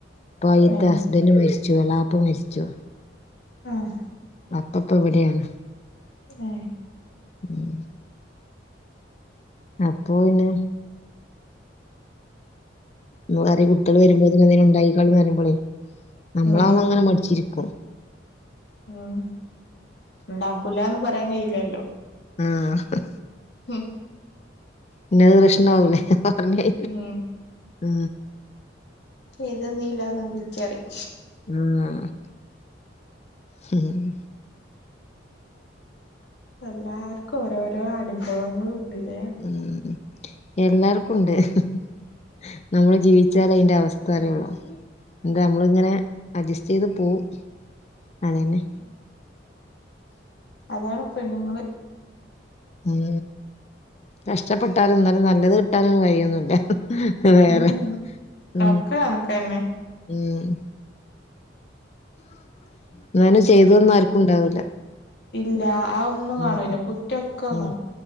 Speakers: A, on the left (about 35°); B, on the left (about 60°).
A: ഇപ്പോയിത്തെ
B: ഏഹ്
A: ഹസ്ബന് മരിച്ചു എളപ്പ മരിച്ചു
B: ആഹ
A: അപ്പപ്പ ഇവിടെയാണ്
B: ഏ
A: ഉം അപ്പൊ പിന്നെ <unintelligible> കുട്ട്യൾ വരുമ്പത്തിന് <unintelligible> ണ്ടായിക്കാള് ന്നറീമ്പളെ നമ്മള
B: ഉം
A: അവുബോ
B: ഉം
A: ഇങ്ങനെ മടിച്ചിരുക്കും
B: ഉം ഉണ്ടാക്കൂലന്ന് പറയാൻ കയില്ലല്ലോ
A: ആ ഹ്
B: ഹും
A: പിന്നെത് പ്രശ്നാവൂലേ ഹ് പറ കയിഞ്ഞാ
B: ഉം
A: ഉ
B: ചെയ്തന്നില്ലന്ന് വിളിച്ചറിയും
A: ഉം <unintelligible> ഹും ഹൂം
B: എല്ലാർക്കും ഓരോരോ അനുഭവങ്ങള് ഇണ്ട്ല്ലേ
A: ഉം എല്ലാർക്കുണ്ട് ഹും നമ്മള് ജീവിച്ചാലേ അയിന്റെ അവസ്ഥ അറിയുള്ളൂ എന്താ നമ്മളിങ്ങനെ അഡ്ജസ്റ്റ് ചെയ്ത് പോവും അതന്നെ
B: ഉം അതാണ് പെണ്ണ്ങ്ങള്
A: ഉം കഷ്ടപ്പെട്ടാലും എന്നാലും നല്ലത് കിട്ടാനും വഴിയൊന്നില്ല അ വേറെ
B: ഉം
A: ഉ
B: ഒക്കെ കണക്കന്നെ
A: ഉം <inaudible> അങ്ങനെ ചെയ്തു തന്ന ആർക്കും ഉണ്ടാവൂല
B: ഇല്ല അതൊന്നും കാണൂല
A: ഉം
B: കുറ്റൊക്കെ
A: ഉം